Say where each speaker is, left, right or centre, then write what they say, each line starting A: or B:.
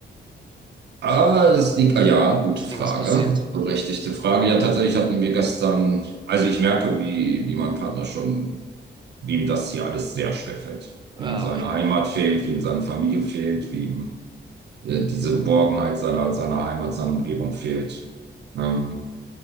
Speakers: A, on the right; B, on the right.
A: Ah, das liegt, ah, ja, gute
B: Ist
A: Frage,
B: irgendwas passiert?
A: berechtigte Frage. Ja, tatsächlich hatten wir gestern, also ich merke, wie, wie mein Partner schon, wie ihm das hier alles sehr schwer fällt.
B: Ah,
A: Wie ihm seine
B: okay.
A: Heimat fehlt, wie ihm seine Familie fehlt, wie ihm äh, diese Geborgenheit seiner, seiner Heimat, seiner Umgebung fehlt. Ähm,